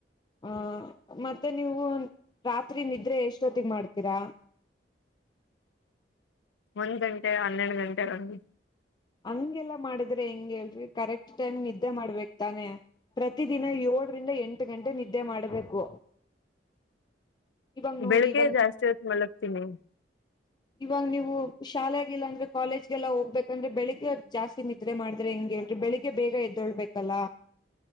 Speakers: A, on the left; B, on the left.
A: ಹ ಮತ್ತೆ ನೀವು ರಾತ್ರಿ ನಿದ್ರೆ ಎಷ್ಟೊತ್ತಿಗೆ ಮಾಡ್ತೀರಾ
B: ಒಂದ್ ಗಂಟೆ ಹನ್ನೆರಡು ಗಂಟೆವರೆಗೂ
A: ಹಂಗೆಲ್ಲಾ ಮಾಡಿದ್ರೆ ಹೆಂಗೆ ಅಲ್ರಿ ಕರೆಕ್ಟ್ ಟೈಮ್ ಗೆ ನಿದ್ದೆ ಮಾಡ್ಬೇಕ ತಾನೆ ಪ್ರತಿದಿನ ಏಳರಿಂದ ಎಂಟು ಗಂಟೆ ನಿದ್ದೆ ಮಾಡ್ಬೇಕು ಇವಾಗ ನೋಡಿ
B: ಬೆಳಿಗ್ಗೆ
A: ಇವಾಗ
B: ಜಾಸ್ತಿ ಹೊತ್ತು ಮಲಗ್ತೀನಿ
A: ಇವಾಗ ನೀವು ಶಾಲೆ ಇಲ್ಲಂದ್ರೆ ಕಾಲೇಜ್ಗೆಲ್ಲ ಹೋಗ್ಬೇಕಂದ್ರೆ ಬೆಳಿಗ್ಗೆ ಜಾಸ್ತಿ ನಿದ್ರೆ ಮಾಡಿದ್ರೆ ಹೆಂಗೆ ಬೆಳಿಗ್ಗೆ ಬೇಗ ಎದ್ದಳ್ಬೇಕಲ್ಲ